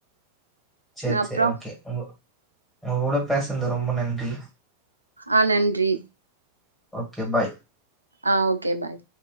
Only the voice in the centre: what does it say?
செரி
செரி ஓகே உங்க உங்க கூட பேசுன்து ரொம்ப நன்றி
ஓகே பாய்